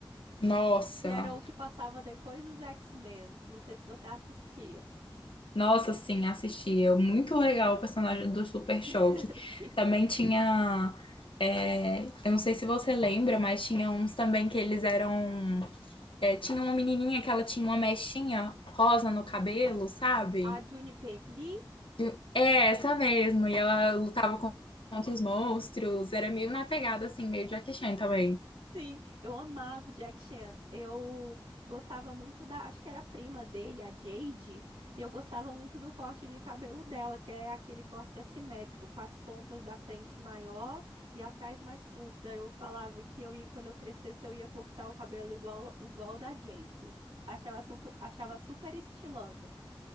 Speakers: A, on the left; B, on the right.
A: Nossa.
B: E era o que passava depois dos X-Men. Não sei se você assistia.
A: Nossa, sim, assistia muito legal o personagem do Super Choque.
B: <laughs> Sim.
A: Também tinha. é, eu não sei se você lembra, mas tinha uns também que eles eram. é, tinha uma menininha que ela tinha uma mechinha rosa no cabelo, sabe?
B: A Juniper Lee.
A: E- É, essa mesmo. E ela lutava con- contra os monstros. Era meio na pegada, assim, meio Jackie Chan também.
B: Sim, eu amava o Jack Chan. Eu gostava muito da, acho que era a prima dele, a Jade, e eu gostava muito do corte de cabelo dela, que é aquele corte assimétrico, com as pontas da frente maior e atrás mais curta. Eu falava que eu ia, quando eu crescesse, eu ia cortar o cabelo igual, igual o da Jade. Achava super, achava super estilosa.